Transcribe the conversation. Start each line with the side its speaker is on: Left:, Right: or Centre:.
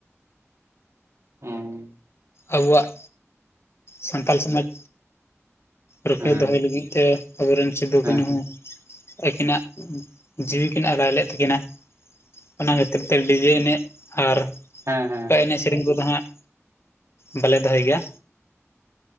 Right: ᱦᱮᱸ
Left: ᱟᱵᱚᱣᱟᱜ ᱥᱟᱱᱛᱟᱞ ᱥᱚᱢᱟᱡᱽ ᱨᱩᱠᱷᱤᱭᱟᱹ
Right: ᱦᱮᱸ
Left: ᱫᱚᱦᱚᱭ ᱞᱟᱹᱜᱤᱫ ᱛᱮ ᱟᱵᱚ ᱨᱮᱱ ᱥᱤᱫᱩ
Right: ᱦᱮᱸ
Left: ᱠᱟᱹᱱᱦᱩ ᱟᱹᱠᱤᱱᱟᱜ ᱡᱤᱣᱤ ᱠᱤᱱ ᱟᱞᱟᱭ ᱞᱮᱫ ᱛᱟᱹᱠᱤᱱᱟ ᱚᱱᱟ ᱠᱷᱟᱹᱛᱤᱨ ᱛᱮ ᱰᱤᱡᱮ ᱮᱱᱮᱡ ᱟᱨ
Right: ᱦᱮᱸ ᱦᱮᱸ
Left: ᱚᱸᱠᱟ ᱮᱱᱮᱡ ᱥᱮᱨᱮᱧ ᱠᱚ ᱫᱚ ᱦᱟᱸᱜ ᱵᱟᱞᱮ ᱫᱚᱦᱚᱭ ᱜᱮᱭᱟ